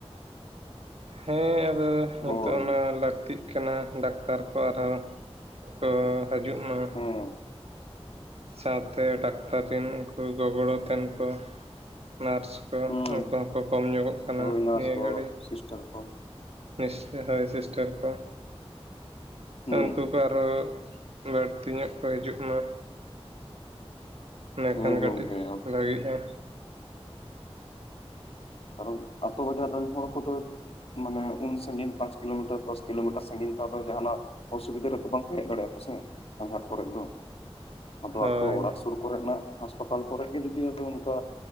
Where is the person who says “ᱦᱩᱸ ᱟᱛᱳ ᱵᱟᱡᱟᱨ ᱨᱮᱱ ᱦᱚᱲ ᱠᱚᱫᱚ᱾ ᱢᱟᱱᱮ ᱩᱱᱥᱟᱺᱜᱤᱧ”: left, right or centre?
Left